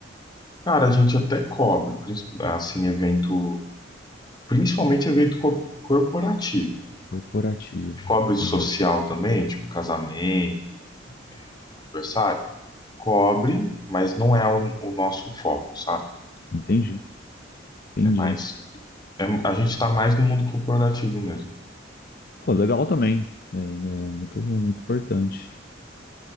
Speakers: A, on the left; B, on the left.
A: Cara, a gente até cobre, princi- assim, evento, principalmente evento co- corporativo. A
B: Corporativo.
A: gente Cobre
B: Entendi.
A: social também, tipo casamento, aniversário. Cobre, mas não é o, o nosso foco, sabe?
B: Entendi. Entendi.
A: É mais, é- a gente tá mais no mundo corporativo mesmo.
B: Pô, legal também. É, é muito, muito importante.